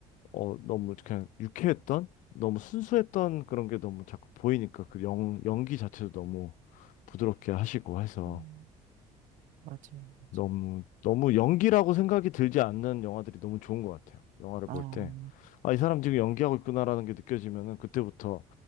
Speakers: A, on the left (about 70°); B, on the right (about 70°).
A: 어 너무 그냥 유쾌했던 너무 순수했던 그런 게 너무 자꾸 보이니까 그 연, 연기 자체도 너무 부드럽게 하시고 해서
B: 음, 맞아요, 맞아요.
A: 너무 너무 연기라고 생각이 들지 않는 영화들이 너무 좋은 것 같아요. 영화를
B: 아,
A: 볼 때. 아, 이 사람 지금 연기하고 있구나라는 게 느껴지면은 그때부터